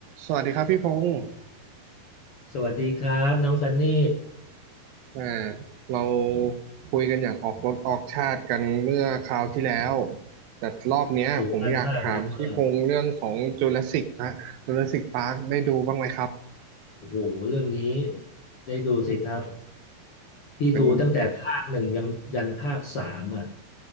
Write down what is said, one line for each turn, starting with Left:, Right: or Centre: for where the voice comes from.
Right: สวัสดีครับพี่พงศ์
Left: สวัสดีครับน้องซันนี่
Right: อ่าเราคุยกันอย่างออกรถออกชาติกันเมื่อคราวที่แล้ว แต่รอบเนี้ยผมอยากถามพี่พงศ์เรื่องของจูราสสิกฮะจูราสสิกพาร์คได้ดูบ้างไหมครับ
Left: โหมันมากมันมากโอ้โหเรื่องนี้ได้ดูสิครับที่ดูตั้งแต่ภาคหนึ่งยันยันภาคสามอ่ะ
Right: เป็น